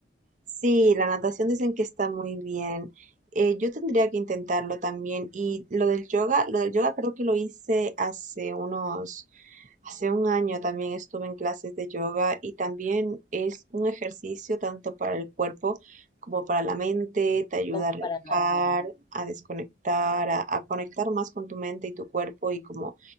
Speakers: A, on the right; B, on the left.
A: Sí, la natación dicen que está muy bien. Eh, yo tendría que intentarlo también. Y lo del yoga, lo del yoga creo que lo hice hace unos, hace un año también estuve en clases de yoga y también es un ejercicio tanto para el cuerpo como para la mente, te ayuda
B: como
A: a relajar,
B: para la mente.
A: a desconectar, a, a conectar más con tu mente y tu cuerpo y como